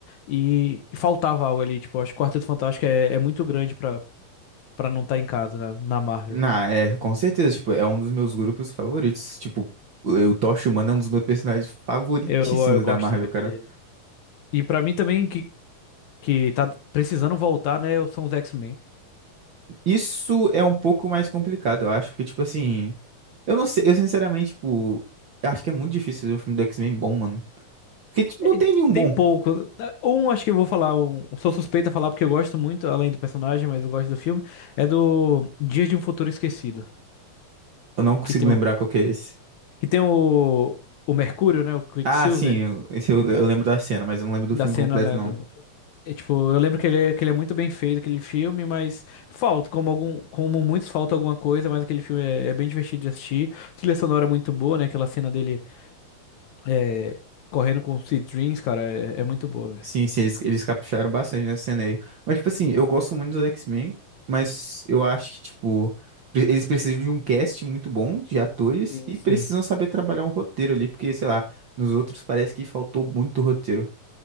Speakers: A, on the left (about 65°); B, on the right (about 50°).
A: E faltava algo ali, tipo, acho que o Quarteto Fantástico é, é muito grande pra pra não estar em casa, né, na Marvel.
B: Na, é, com certeza, tipo, é um dos meus grupos favoritos. Tipo, o o Tocha Humana é um dos meus personagens favoritíssimos
A: Eu, eu gosto
B: da Marvel,
A: muito
B: cara.
A: dele. E pra mim também, que, que tá precisando voltar, né, são os X-Men.
B: Isso é um pouco mais complicado, eu acho, porque, tipo assim, eu não sei, eu sinceramente, tipo, acho que é muito difícil ver um filme do X-Men bom, mano. Porque, tipo, não
A: E
B: tem nenhum
A: Tem
B: bom.
A: pouco. Um, acho que eu vou falar, um, sou suspeito a falar porque eu gosto muito, além do personagem, mas eu gosto do filme, é do Dias de um Futuro Esquecido,
B: Eu não consigo
A: que tem
B: lembrar
A: o,
B: qual que é esse.
A: que tem o, o Mercúrio, né, o Quicksilver,
B: Ah, sim, eu- esse eu, eu lembro da cena, mas eu não lembro do
A: da
B: filme
A: cena,
B: completo,
A: né,
B: não.
A: do É, tipo, eu lembro que ele, é- que ele é muito bem feito, aquele filme, mas falta, como algum, como muitos, falta alguma coisa, mas aquele filme é, é bem divertido de assistir. A trilha sonora é muito boa, né? Aquela cena dele é, correndo com o Sweet Dreams, cara, é, é muito boa, velho.
B: Sim, sim, eles, eles capricharam bastante nessa cena aí. Mas, tipo assim, eu gosto muito dos X-Men, mas eu acho que, tipo, pre- eles precisam de um cast muito bom de atores
A: Sim,
B: e
A: sim.
B: precisam saber trabalhar um roteiro ali, porque, sei lá, nos outros parece que faltou muito roteiro.